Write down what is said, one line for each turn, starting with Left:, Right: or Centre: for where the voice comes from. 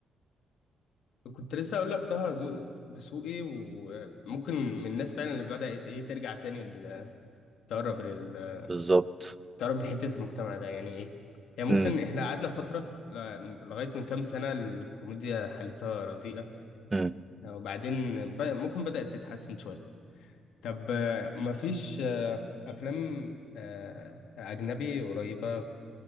Left: كنت لسه اقول لك طه زو- دسوقي وممكن من الناس فعلا اللي بدأت ايه إيه، ترجع تاني ل- تقرب لل
Right: بالظبط
Left: تقرب لحتة المجتمع ده يعني ايه يعني
Right: امم
Left: ممكن احنا قعدنا فترة ل- لغاية من كام سنة الكوميديا حالتها رديئة
Right: امم
Left: وبعدين ب- ممكن بدأت تتحسن شوية طب آه، مفيش آه، أفلام آه، أجنبي قريبة